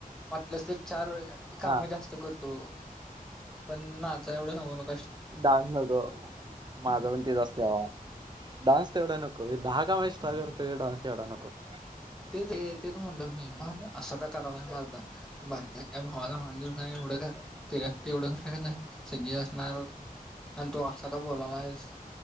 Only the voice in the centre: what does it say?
वाटलस चार कामं
जास्त करतो पण नाचाय एवढ सांगू नको.
तेच रे तेच म्हणलं मी म्हण असं का करालाय म्हणालता बारक्या आपल्या भावाला म्हणालय हे एवढं कर ते ते तेवढं कां नाही सगळे असणार. आणि तु अस का बोलायलाईस